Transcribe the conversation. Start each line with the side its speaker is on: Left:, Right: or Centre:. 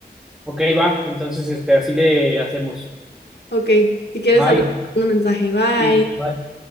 Centre: Ok, va. Entonces este, así le hacemos.
Left: Ok, si quieres
Centre: Bye.
Left: al ratito, te mando un mensaje. Bye.
Centre: Sí, bye.